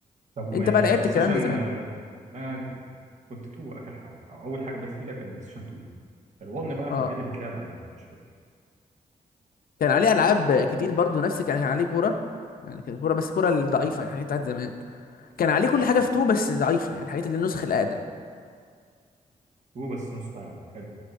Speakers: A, on the right; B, on the left.
A: طب والبلاي
B: انت بقى لعبت
A: ستيشن
B: الكلام ده زمان
A: آه، انا ج- كنت 2 اخر حاجه او اول حاجه بدات بيها كان بلاي ستيشن 2 فال1 بقى كان
B: اه
A: ايه اللي بيتلعب عليه مش فاكر
B: كان عليه ألعاب كتير برضو نفس كان كان عليه كورة يعني كان كورة بس كورة ضعيفة يعني حاجات بتاعت زمان كان عليه كل
A: اه
B: حاجه في 2 بس ضعيفه يعني حاجات اللي النسخ الاقدم
A: 2 بس نسخه اقل حلو